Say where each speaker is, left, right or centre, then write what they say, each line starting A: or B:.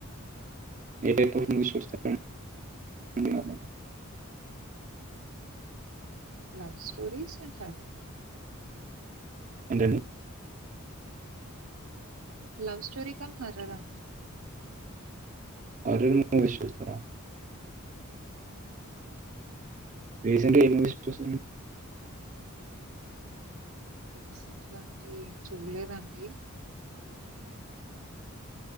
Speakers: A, on the right; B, on the right.
A: A type of movies చూస్తారండి మీ హస్బెండ్ తో?
B: లవ్ స్టోరీస్ అండ్ హారర్
A: ఏంటండీ?
B: లవ్ స్టోరీ కం హారర్ అండి.
A: హార్రర్ మూవీస్ చూస్తారా?
B: హ్మ్
A: రీసెంట్ గ ఏం మూవీస్ చూసారండి?
B: రీసెంట్ గా అంటే ఏం చూడలేదండి.